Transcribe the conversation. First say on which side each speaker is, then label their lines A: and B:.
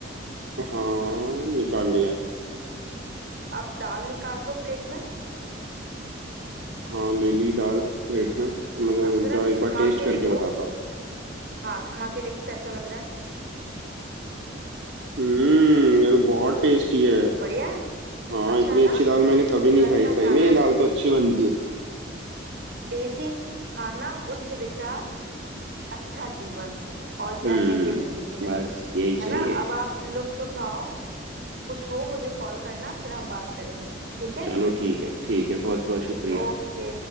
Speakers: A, on the right (about 70°); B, on the right (about 55°).
A: हाँ निकाल लिया
B: अब दाल निकाल लो प्लेट में
A: हाँ ले ली दाल प्लेट में मैं तो
B: अब
A: रुक
B: जरा
A: जाओ एक बार
B: खा
A: टेस्ट
B: के
A: करके
B: देखो
A: बताता हूँ
B: हाँ खा के देखो कैसा लग रहा है
A: हम्म ये तो बहुत टेस्टी है
B: बढ़िया है
A: हाँ
B: अच्छा
A: इतनी
B: है
A: अच्छी
B: ना
A: दाल मैंने कभी नहीं
B: घर
A: खाई
B: का
A: सही
B: खाना
A: में ये दाल तो अच्छी बनती है
B: देसी खाना उच्च विचार अच्छा जीवन और क्या
A: हम्म
B: चाहिए जिंदगी में
A: बस यही चाहिए
B: है ना अब आप लुत्फ उठाओ कुछ हो मुझे कॉल करना फिर हम बात करेंगे ठीक है
A: चलो ठीक है ठीक है बहुत बहुत शुक्रिया
B: ओके